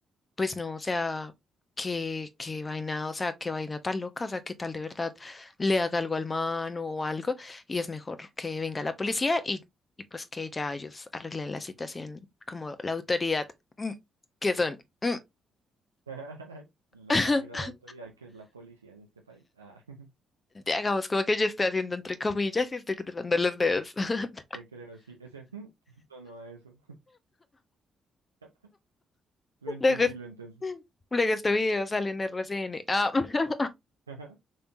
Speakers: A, on the left; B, on the right.
A: pues no, o sea, qué, qué vaina, o sea, qué vaina tan loca, o sea, qué tal de verdad le haga algo al man o algo y es mejor que venga la policía y, y pues que ya ellos arreglen la situación como la autoridad mm, que son. Mm.
B: <laughs> La
A: <laughs>
B: gran autoridad que es la policía en este país. Ah, <laughs>
A: Hagamos como que yo estoy haciendo entre comillas y estoy cruzando los dedos. <laughs>
B: te creo, sí. Ese <laughs> sonó a eso. <laughs> Lo entendí,
A: Luego,
B: lo entendí.
A: luego este video sale en RCN. Ah, <laughs>
B: <laughs>